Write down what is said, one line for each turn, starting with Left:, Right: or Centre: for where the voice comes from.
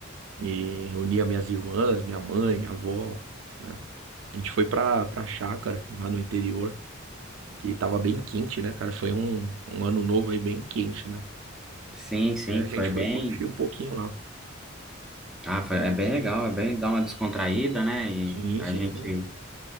Right: E reunia minhas irmãs, minha mãe, minha avó, né? A gente foi pra, pra chácara, lá no interior, que tava bem quente, né, cara? Foi um, um ano novo aí bem quente, né?
Centre: Sim, sim,
Right: E a gente
Centre: foi
Right: foi
Centre: bem.
Right: curtir um pouquinho lá.
Centre: Ah, foi- é bem legal, é bem dar uma descontraída, né? E
Right: Sim,
Centre: a
Right: sim,
Centre: gente.
Right: sim.